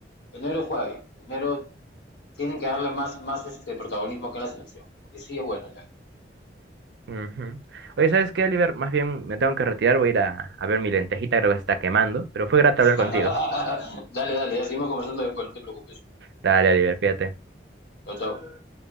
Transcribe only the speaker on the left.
El negro juega bien. El negro tienen que darle más, más este protagonismo acá en la selección, porque sí es bueno. ya.
<laughs>
dale, dale, ya seguimos conversando después, no te preocupes.
Chao, chao.